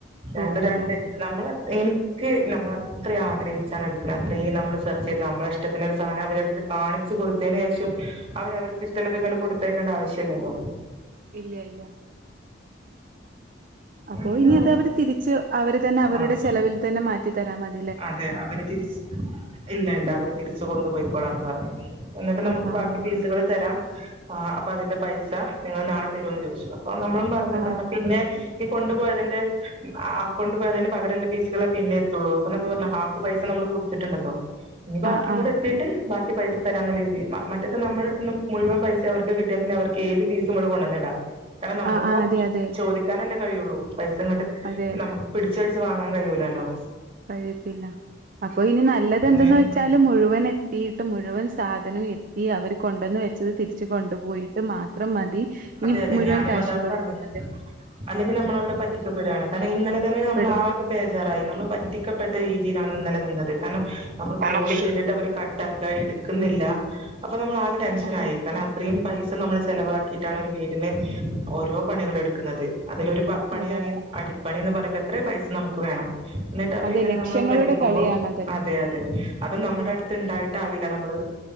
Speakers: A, on the right; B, on the right.
A: രണ്ട്
B: ഓ
A: രണ്ട്
B: ഓ
A: നമ്മള എനിക്ക് നമ്മൾ അത്ര ആഗ്രഹിച്ചാണ് എടുക്കണം അത്ര നമ്മള് സെർച്ച് ചെയ്ത് നമ്മള ഇഷ്ടത്തിന് ഒരു സാധനം അവരെ അടുത്ത് കാണിച്ചു കൊടുത്തതിന് ശേഷം അവരെ അവർക്ക് ഇഷ്ടലത്തെക്ക് കൊടുത്തേക്കേണ്ട ആവശ്യം ഇല്ലല്ലോ?
B: ഇല്ല ഇല്ല അപ്പോ
A: അങ്ങനെ
B: ഇനി അത് അവര് തിരിച്ച് അവര് തന്നെ അവരുടെ
A: ആഹ്
B: ചെലവിൽ തന്നെ മാറ്റിത്തരാ മതി
A: അതെ അവര് തിരിച്ച് ഇല്ല ഇല്ല അവര് തിരിച്ചു കൊണ്ടുപോയി കോളന്ന് പറഞ്ഞു എന്നിട്ട് നമുക്ക്
B: ആഹ് ആഹ്
A: ബാക്കി
B: ഓക്കെ
A: ഫീസുകൾ തരാം ആ അപ്പൊ അതിന്റെ പൈസ നിങ്ങൾ നാളെ തരുവെന്ന് ചോദിച്ചു അപ്പൊ നമ്മളും പറഞ്ഞു
B: ആഹ്
A: കാരണം പിന്നെ ഈ കൊണ്ടുപോയതിന്റെ ആഹ് കൊണ്ടുപോയതിന് പകരമുള്ള പീസുകളെ പിന്നെ എത്തുള്ളൂ- അപ്പൊ നമ്മള് പറഞ്ഞ ഹാഫ് പൈസ നമ്മള് കൊടുത്തിട്ടുണ്ടല്ലോ ഇനി ബാക്കി
B: ആഹ്
A: കൂടെ
B: ആഹ്
A: എത്തിട്ട്- ബാക്കി പൈസ തരാന്നരീതിൽ മ മറ്റേത്ത നമ്മുടെ അടു നിന്ന് മുഴുവൻ പൈസ അവർക്ക് കിട്ടിയാ പിന്നെ അവർക്ക് ഏത് രീതി കും കൊണ്ടുവന്നിടാം കാരണം നമ്മളിപ്പം
B: ആഹ് ആഹ് അതെ അതെ
A: ചോദിക്കാനല്ലേ കഴിയുള്ളൂ പൈസ ഇങ്ങോട്ട്
B: അതെ
A: നമുക്ക് പിടിച്ചഴിച്ച വാങ്ങാൻ കഴിയൂലല്ലോ?
B: കഴിയത്തില്ല- അപ്പൊ ഇനി നല്ലത്
A: അങ്ങനെയൊന്നുണ്ട്
B: എന്തെന്ന് വെച്ചാല് മുഴുവൻ എത്തിട്ട് മുഴുവൻ സാധനം എ ഈ അവര് കൊണ്ടു വന്ന് വെച്ചത് തിരിച്ച് കൊണ്ടു പോയിട്ട് മാത്രം മതി
A: അതെ
B: ഇനി
A: അതെ
B: മുഴുവൻ
A: ഞാനും
B: കാശും
A: അതാണ്
B: കൊടുക്കുന്ന
A: പറഞ്ഞത്
B: <unintelligible>
A: അല്ലെങ്കിൽ നമ്മള് അവിടെ പറ്റിക്കപ്പെടുകാണ് കാരണം ഇന്നലെ തന്നെ നമ്മൾ
B: പെടും
A: ആതും ബേജാറായി നമ്മള് പറ്റിക്കപ്പെട്ട രീതിയിലാണ് ഇന്നലെ നിന്നത് കാരണം നമ്മൾ
B: ആഹ്
A: കോള് ചെയ്തിട്ട് അവർ ക ട്ടാക്കാ എടുക്കുന്നില്ല അപ്പൊ നമ്മള് ആകെ ടെൻഷനായി
B: ആഹ്
A: കാരണം അത്രയും പൈസ നമ്മള് ചെലവാക്കിയിട്ടാണ് ഒരു വീടിന് ഓരോ പണികള് എടുക്കുന്നത് അതിലൊരു പ പണിയാണ്
B: അതെ അതെ
A: ഈ അടിപ്പണി എന്ന് പറയുമ്പോ എത്രേ പൈസ നമുക്ക് വേണം ന്നി
B: അതെ
A: <unintelligible> ഇങ്ങനെ
B: ലക്ഷ്യങ്ങളുടെ
A: നമ്മളെ പറ്റിക്കുമ്പോ
B: കളിയാണ് അതെല്ലാം
A: അതെ അ ത് അത് നമ്മുടെ അടുത്ത് ഉണ്ടായിട്ടാവില്ല നമ്മള്